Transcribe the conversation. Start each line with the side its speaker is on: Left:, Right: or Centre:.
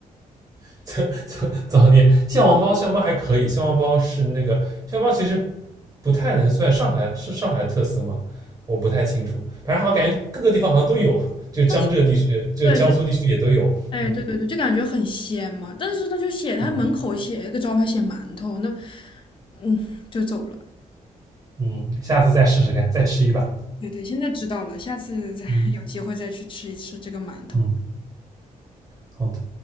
Right: <laughs> 早早早点蟹黄包，蟹黄包还可以，蟹黄包是那个蟹黄包其实不太能算上海是上海的特色嘛？我不太清楚，反正好像感觉各个地方好像都有，就江浙地区，
Left: 但是
Right: 就江苏地区也都有。
Left: 对，就是。哎，
Right: 嗯
Left: 对对对，就感觉很鲜嘛。但是他就写他门口写一个招牌写馒头，
Right: 嗯。
Left: 那嗯就走了。
Right: 嗯，下次再试试看，再吃一把。
Left: 对对，现在知道了，下次再有机会再去吃一吃这个馒头。
Right: 嗯嗯，好的。